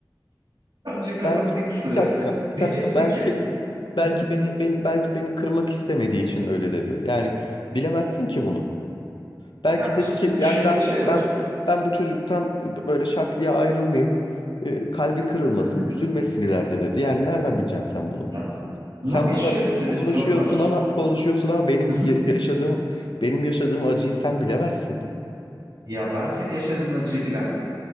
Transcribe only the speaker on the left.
Belki
bir dakika bir
dakika belki
belki
beni, beni belki beni kırmak istemediği için öyle dedi. Yani bilemezsin ki bunu. Belki
dedi
ki yani
ben
ben ben bu çocuktan böyle şak diye ayrılmayayım. Ee, kalbi kırılmasın,
üzülmesin ileride dedi. Yani nereden bileceksin sen bunu?
Sen burada
konuşuyorsun
ama konuşuyorsun ama benim
ya- yaşadığım benim yaşadığım acıyı sen bilemezsin.